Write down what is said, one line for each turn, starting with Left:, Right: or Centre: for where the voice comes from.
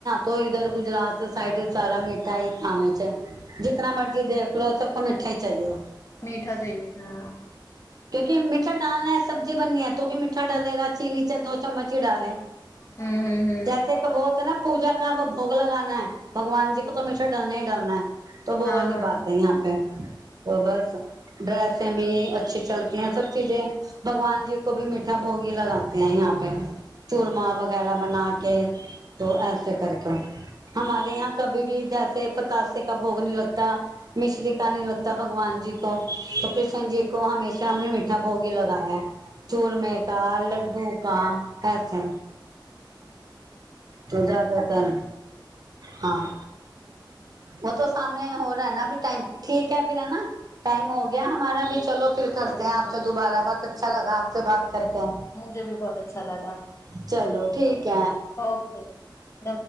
Right: તો ધર ગુજરાત સાઈડ સારા મીઠાાઈ ખામ છે જીના મર્જી દ લોસબ કો મઠાઈ ચાય.
Left: મીઠા ચાએ હ
Right: ક્યુકી મીઠા ડાલનાૈ સબ્જીી બનની હ તોી મીઠા ડલેગ ચીની ચો ચમ્ચી ડાે
Left: હમ હમ
Right: જૈસે કે બોતે ને પૂજા ક ભોગ લગાૈ ભગવાનજીી કો તો મીઠા ડલના ડલનાૈ તો બો
Left: હા
Right: વાલી
Left: હા
Right: બાત હૈ <unintelligible> પે તો બસ ડ્રેસ ભી અચ્છી ચલતી હૈ સબ ચીજે. ભગવાનજીી કો ભી મીઠા ભોગી લગાતે હૈ યાં પે ચૂરમા વગેરા બના કે તો એ કર હ ક <unintelligible> કીજસે પતાસે કા ભોગ ન લગતા. મિશ્રી કા ન લગતા ભગવાનજીી કો તો કૃષ્ણજી કો હમેશા હમને મીઠા ભોગી લગયા. ચૂરમે કા લડ્ડુ કા હસે. ચુંધા તન હા ઓ તો સામને હો ના ટાઈમ ઠીક હ ફર હેના. ટાાઈમ હો ગયા હા ભી ચલો ફ કરતેે આપ તો દબારા બત અચ્છા લગા આપ બાત કર કે
Left: બહુ અચ્છા લા
Right: ચલો ઠીકે
Left: ઓકે નમસ્તે